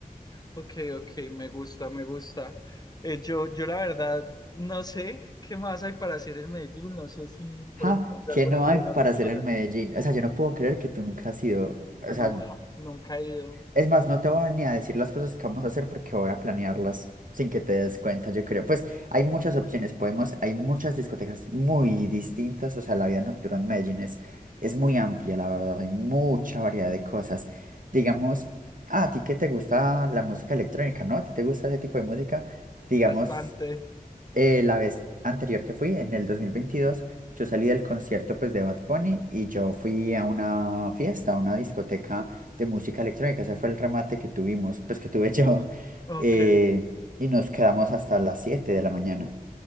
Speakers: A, on the left (about 25°); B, on the right (about 60°).
A: ok, ok, me gusta, me gusta. Eh, yo, yo la verdad no sé qué más hay para hacer en Medellín, no sé si, por
B: Ja,
A: ejemplo, hay
B: ¿qué
A: alguna
B: no
A: actividad
B: hay para hacer
A: para...
B: en Medellín? O sea, yo no puedo creer que tú nunca has ido.
A: No,
B: O sea,
A: ja- nunca he ido,
B: Es más, no te voy a ni a decir las cosas que vamos a hacer porque voy a planearlas sin que te des cuenta, yo creo. Pues hay muchas opciones, podemos, hay muchas discotecas muy distintas, o sea, la vida nocturna en Medellín es, es muy amplia, la verdad, hay mucha variedad de cosas. Digamos, ah, a ti que te gusta la música electrónica, ¿no? ¿A ti te gusta ese tipo de música? Digamos,
A: bastante.
B: eh, la vez anterior que fui, en el 2022, yo salí del concierto pues, de Bad Bunny y yo fui a una fiesta, a una discoteca de música electrónica. Ese fue el remate que tuvimos, pues que tuve <laughs> yo.
A: Ok.
B: eh, y nos quedamos hasta las 7 de la mañana.